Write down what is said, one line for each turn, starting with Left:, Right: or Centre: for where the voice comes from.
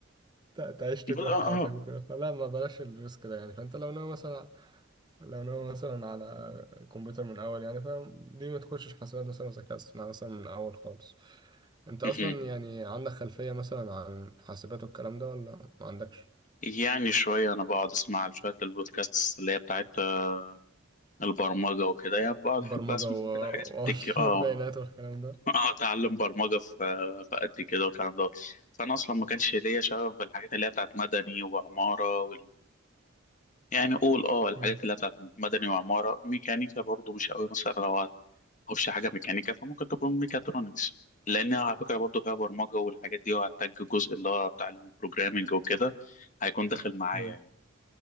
Right: تع- تعيش تكره
Left: ب- اه
Right: حياتك
Left: اه
Right: وكده فلا ما بلاش الريسك ده يعني فانت لو ناوي مثلا لو ناوي مثلا على كمبيوتر من اول يعني فاهم ليه ما تخشش حاسبات مثلا وذكاء اصطناعي مثلا من اول خالص انت اصلا
Left: مهم.
Right: يعني عندك خلفية مثلا عن حاسبات والكلام ده ولا ما عندكش
Left: يعني شويه انا بقعد اسمع شويه البودكاست اللي هي بتاعت آه، البرمجه وكده يعني بقعد
Right: برمجة
Left: احب اسمع
Right: و...
Left: كده حاجات
Right: <laughs>
Left: بتك اه
Right: والبيانات والكلام ده
Left: <laughs> اه اتعلم برمجه في في قد كده والكلام ده فانا اصلا ما كانش ليا شغف بالحاجات اللي هي بتاعت مدني وعماره وال... يعني قول اه الحاجات
Right: مم.
Left: اللي هي بتاعت مدني وعماره ميكانيكا برضو مش قوي مثلا لو هخش حاجه ميكانيكا فممكن تكون ميكاترونكس لان على فكره برضو فيها برمجه والحاجات دي وهحتاج الجزء اللي هو بتاع البروجرامنج وكده هيكون داخل معايا
Right: مم.
Left: يعني